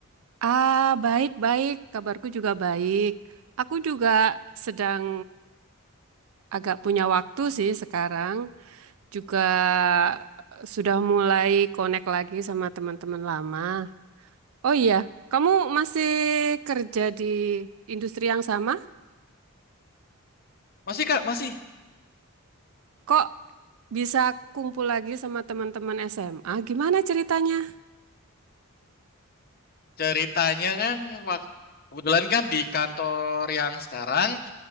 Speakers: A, on the right (about 70°); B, on the left (about 45°).
A: Ah, baik-baik. Kabarku juga baik. Aku juga sedang agak punya waktu sih sekarang. Juga eh, sudah mulai connect lagi sama teman-teman lama. Oh iya, kamu masih kerja di industri yang sama?
B: Masih, Kak? Masih?
A: Kok bisa kumpul lagi sama teman-teman SMA? Gimana ceritanya?
B: Ceritanya kan, waktu, kebetulan kan di kantor yang sekarang,